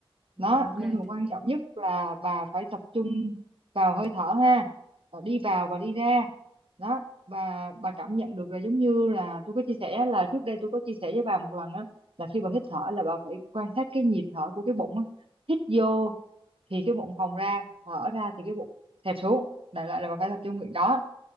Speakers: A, in the centre; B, on the right.
A: rồi
B: đó
A: ok
B: nhưng
A: thế
B: mà quan
A: thì
B: trọng nhất là bà phải tập trung vào hơi thở ha Ờ, đi vào và đi ra đó và bà cảm nhận được là giống như là tôi có chia sẻ là trước đây tôi có chia sẻ với bà một lần á là khi bà hít thở là bà phải quan sát cái nhịp thở của cái bụng á hít vô thì cái bụng phồng ra thở ra thì cái bụng xẹp xuống đại loại là bà phải tập trung việc đó